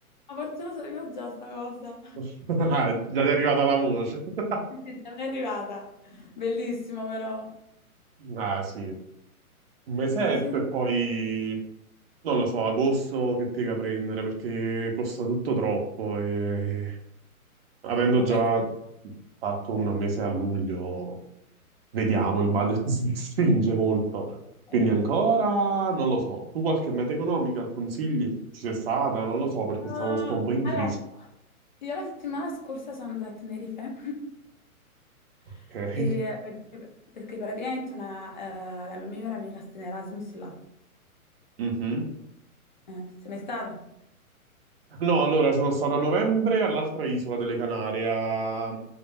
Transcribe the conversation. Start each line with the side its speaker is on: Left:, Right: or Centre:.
Left: ma forse lo sapevo già sta cosa.
Right: <laughs> Già ti è arrivata la voce. <laughs>
Left: Sì, sì, già mi è arrivata. Bellissimo, però.
Right: Ah, sì, un mesetto
Left: Un mese intero.
Right: e poi... Non lo so, agosto che piega prendere perché costa tutto troppo e avendo
Left: Ma
Right: già
Left: poi che...
Right: fatto un mese a luglio, vediamo, il budget <laughs> si stringe molto.
Left: Eh,
Right: Quindi
Left: vabbè,
Right: ancora
Left: sì.
Right: non lo so. Tu qualche meta economica consigli? Ci sei stata? Non lo so perché
Left: Uh,
Right: stiamo sto un po' in
Left: allora,
Right: crisi.
Left: io la settimana scorsa sono andata a Tenerife
Right: Ok.
Left: <laughs> e, eh, perché, perché praticamente una, eh, la mia migliore amica sta in Erasmus là.
Right: Mhm.
Left: Eh, sei mai stato?
Right: No, allora sono stato a novembre all'altra isola delle Canarie, a